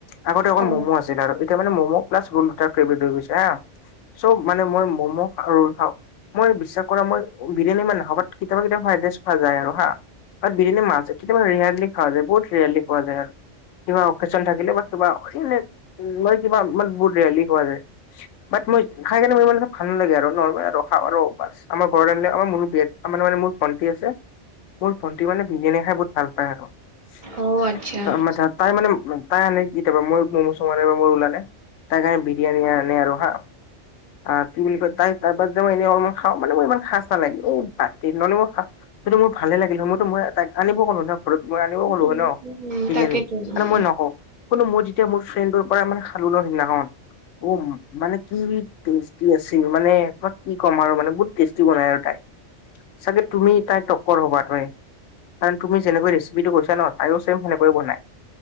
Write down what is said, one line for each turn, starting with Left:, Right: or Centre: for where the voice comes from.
Left: আগতে অকল
Right: অ
Left: ম'ম' আছিলে আৰু এতিয়া মানে ম'ম প্লাছ ৰোল দুটা ধৰি গৈছে হা চ' মানে মই ম'ম' ৰল খাওঁ। মই বিশ্বাস কৰা মই বিৰিয়ানী ইমান নাখাওঁ বাত কেতিয়াবা কেতিয়াবা খাই খোৱা যায় আৰু হা তাত বিভিনে মাছছে কেতিয়াবা ৰিয়াৰলি খোৱা যায় বহুত ৰিয়াৰলি খোৱা যায় আৰু। কিবা অকজন থাকিলে বা কিবা এ কিবা ৰেলি খোৱা যায় বাত মই খাই কেনে মোৰ মানে ইমান ভাল লাগে আৰু নৰ্মেল আৰু খাওঁ আৰু বছ আমাৰ ঘৰৰে। ম মে মোৰ ভণ্টি আছে মোৰ ভন্টি মানে বিৰিয়ানী খাই বহুত ভাল।
Right: অ আচ্ছা
Left: আছ তাই মানে তাই আনে কেতিয়াবা মই ম'ম' চোম নে বা মই ওলা নে তাই কাৰণে বিৰিয়ানি আনে আৰু হা অ, কি বুলি ক তাই তাৰপা যে মই এনেই অলপমান খাও মানে ম ইমান খাজ নালাগে এই বাতিত মানে মই যিটো মোৰ ভালে লাগিলে মইতো মই ত আনিব ক'লো হক। ঘৰত মই আনিব
Right: উম
Left: হ'লো হয় ন
Right: উম
Left: বিৰিয়ানী
Right: তাকেইতো উম
Left: আৰু মই নকওঁ। কোনো মই যেতিয়া মোৰ ফ্ৰেণ্ডৰ পৰা মানে খালো ন সিদিনাখন অ, মানে। কি টেষ্টি আছিল মানে তাক কি ক'ম আৰু মানে বহুত টেষ্টি বনাই আৰু তাই। চাগে তুমি তাই তটক্কৰ হ'বা। কাৰ তুমি যেনেকৈ ৰেচিপিটো কৈছা ন তাইয়ো চেম সেনেকে বনায়।